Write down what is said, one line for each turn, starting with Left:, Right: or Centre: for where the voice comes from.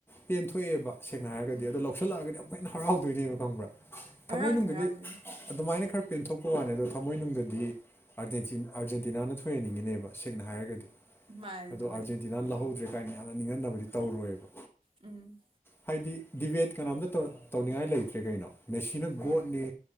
Left: ꯄꯦꯟ ꯊꯣꯛꯑꯦꯕ ꯁꯦꯡꯅ ꯍꯥꯏꯔꯒꯗꯤ
Right: ꯎꯝ
Left: ꯑꯗꯣ ꯂꯧ ꯂꯧꯁꯜꯂꯛꯑꯒꯗꯤ ꯌꯥꯃꯨꯛ ꯍꯦꯟꯅ ꯍꯔꯥꯎꯗꯣꯏꯅꯦꯕ ꯈꯪꯕ꯭ꯔꯥ ꯊꯃꯣꯏꯅꯨꯡꯗꯗꯤ
Right: ꯍꯔꯥꯎꯗꯤ ꯍꯔꯥꯎꯗꯣꯏꯅꯤ
Left: ꯑꯗꯨꯃꯥꯏꯅ ꯈꯔ ꯄꯦꯟꯊꯣꯛꯄꯒꯤ ꯋꯥꯅꯤ ꯑꯗꯣ ꯊꯝꯃꯣꯏꯅꯨꯡꯗꯗꯤ ꯑꯥꯔꯖꯦꯟꯇꯤꯅꯥꯅ ꯊꯣꯏꯍꯟꯅꯤꯡꯉꯤꯅꯦꯕ ꯁꯦꯡꯅ ꯍꯥꯏꯔꯒꯗꯤ
Right: ꯃꯥꯅꯦ ꯑꯗꯨꯕꯨꯗꯤ
Left: ꯑꯗꯣ ꯑꯔꯖꯦꯟ ꯁꯤꯅꯥ ꯂꯧꯍꯧꯗ꯭ꯔꯦ ꯒꯥꯏꯅ ꯌꯥꯝꯅ ꯅꯤꯡꯍꯟꯅꯕꯗꯤ ꯇꯧꯔꯣꯏꯕ
Right: ꯎꯝ
Left: ꯍꯥꯏꯗꯤ ꯗꯤꯕꯦꯠ ꯀꯅꯥꯝꯇ ꯇꯧꯅꯤꯡꯉꯥꯏ ꯂꯩꯇ꯭ꯔꯦ ꯀꯩꯅꯣ ꯃꯦꯁꯤꯅ
Right: ꯍꯣꯏ
Left: ꯒꯣꯠꯅꯤ